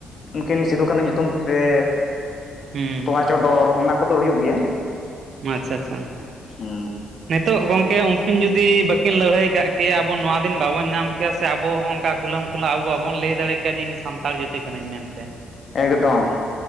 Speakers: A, on the left; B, on the right.
A: ᱩᱱᱠᱤᱱ ᱥᱤᱫᱩ ᱠᱟᱹᱱᱩ ᱧᱩᱛᱩᱢ ᱛᱮ
B: ᱦᱩᱸ
A: ᱛᱚᱣᱟ ᱪᱚᱰᱚᱨ ᱚᱱᱟ ᱠᱚᱫᱚ ᱦᱩᱭᱩᱜ ᱜᱮᱭᱟ᱾
B: ᱢᱟᱸᱼᱪᱷᱟ ᱪᱷᱟ,
A: ᱦᱩᱸ
B: ᱱᱤᱛᱚᱜ ᱜᱚᱝᱠᱮ ᱩᱝᱠᱤᱱ ᱡᱩᱫᱤ ᱵᱟᱹ ᱠᱤᱱ ᱞᱟᱹᱲᱦᱟᱹᱭ ᱠᱟᱜ ᱠᱮᱭᱟ ᱟᱵᱚ ᱱᱚᱣᱟ ᱠᱤᱱ ᱵᱟᱵᱚᱱ ᱧᱟᱢ ᱠᱮᱭᱟ ᱥᱮ ᱟᱵᱚ ᱦᱚᱸ ᱚᱝᱠᱟ ᱠᱷᱩᱞᱟᱹᱢ ᱠᱷᱚᱞᱟ ᱟᱵᱚ ᱵᱟᱵᱚᱱ ᱞᱟᱹᱭ ᱫᱟᱲᱮ ᱠᱮ ᱡᱤᱱᱤ ᱥᱟᱱᱛᱟᱲ ᱡᱟᱹᱛᱤ ᱠᱟᱹᱱᱟᱹᱧ ᱢᱮᱱᱛᱮ᱾
A: ᱮᱜᱮᱫᱚᱢ᱾